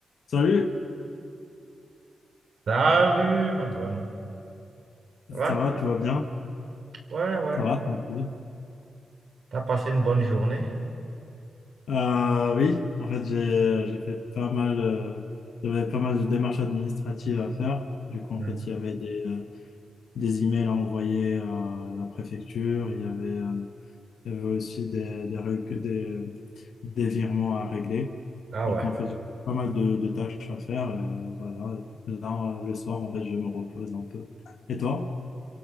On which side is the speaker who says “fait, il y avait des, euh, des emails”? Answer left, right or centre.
Left